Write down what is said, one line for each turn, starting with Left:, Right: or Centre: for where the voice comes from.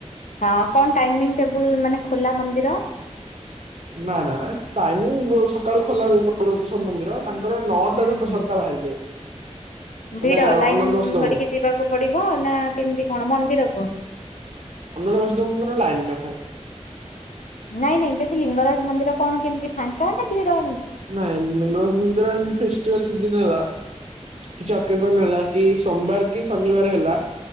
Left: ହଁ କଣ ଟାଇମିଂ ଟେବୁଲ୍ ମାନେ ଖୋଲା ମନ୍ଦିର?
Right: ନା ନା ଏ ଟାଇମିଂ ବହୁତ୍ ସକାଳୁ ଖୋଲା ହୁଏ ସବୁ ମନ୍ଦିର। ତାଙ୍କର ନଅଟା
Left: ହୁଁ
Right: ରୁ ପ୍ରସାଦଟା
Left: ହୁଁ।
Right: ବାହାରିଯାଏ। ମାନେ
Left: ଭିଡ ଲାଇନ
Right: ଅନନ୍ତ ବସୁଦେବଙ୍କର
Left: କରିକି ଯିବାକୁ ପଡିବ, ନା କେମିତି କଣ ମନ୍ଦିରକୁ?
Right: ଅନ୍ୟ ସମସ୍ତଙ୍କର ଲାଇନ ନଥାଏ।
Left: ନାଇଁ ନାଇଁ ଯଦି ଲିଙ୍ଗରାଜ ମନ୍ଦିର କଣ କେମିତି ଫାଙ୍କା ନା ଭିଡ।
Right: ନାଇଁ ଲିଙ୍ଗରାଜ ମନ୍ଦିର ଏମିତି ଫେଷ୍ଟିଭାଲ ସିଜିନ ହେଲା। କିଛି ଅକେଜନ ହେଲା କି ସୋମବାର କି ଶନିବାର ହେଲା।